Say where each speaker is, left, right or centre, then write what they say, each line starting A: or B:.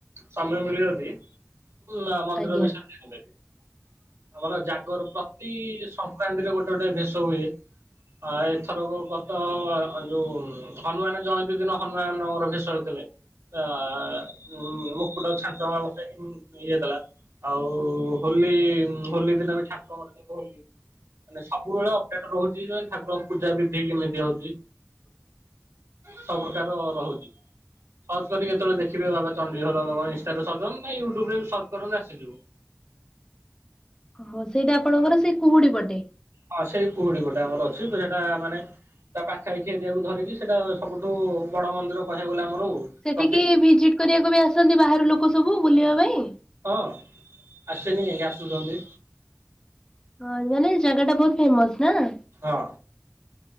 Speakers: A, on the right; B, on the left.
A: ସମୟ ମିଳିବ ଯଦି ନା ମନ୍ଦିର
B: ଆଜ୍ଞା
A: ବିଷୟ ରେ ଜାଣିପାରିବେ, ଆମର ଜାଗର ସଂକ୍ରାନ୍ତିରେ ଗୋଟେ ଗୋଟେ ଭେଷ ହୁଏ। ଆ ଏଥରକ ଗତ ଯୋଉ ହନୁମାନ ଜୟନ୍ତୀ ଦିନ ହନୁମାନଙ୍କର ଭେଷ ହେଇଥିଲେ। ଆ ଆ ଆ ମୁକୁଟ ଛାଞ୍ଚ ଆଉ ସିଏ ଇଏ କଲା। ଆଉ ହୋଲି, ହୋଲି ଦିନ ବି ଠାକୁରଙ୍କର ସବୁ ମାନେ ସବୁବେଳେ ଅପେଟ ରହୁଛି ମାନେ ଠାକୁରଙ୍କ ପୂଜା ବିଧି କେମିତି ହଉଛି?
B: <inaudible>
A: ସବୁ ପ୍ରକାର ରହୁଛି, ସର୍ଚ କରିକି କେତେବେଳେ ଦେଖିବେ ବାବା ଚଣ୍ଡୀ। ଇନଷ୍ଟା ରେ ସର୍ଚ୍ଚ ନ ୟୁ ଟ୍ୟୁବ୍ ବି ସଅର୍ଚ କରନ୍ତୁ ଆସିଯିବ।
B: ଓହୋ, ସେଇଟା ଆପଣ କୁହୁଡି ପଟେ।
A: ହଁ ସେଇ କୁହୁଡି ଗୋଟେ ଆମର ଅଛି, ସେଟା ମାନେ ତା ପାଖା ଆଇଖିଆ ଏରିଆକୁ ଧରିକି ସେଇଟା ସବୁଠୁ ବଡ ମନ୍ଦିର କହିବାକୁ ଗଲେ ଆମର ଆଉ।
B: ସେଠିକି
A: ପ୍ରତିଷ୍ଠା
B: ଭିଜିଟ କରିବାକୁ ବି ଆସନ୍ତି ବାହାର ଲୋକ ସବୁ ବୁଲିବା ପାଇଁ?
A: ହଁ ଆସିନି ଆସୁଛନ୍ତି।
B: ହଁ ମାନେ ଜାଗା ଟା ବହୁତ ଫେମସ ନା। ଓ
A: ହଁ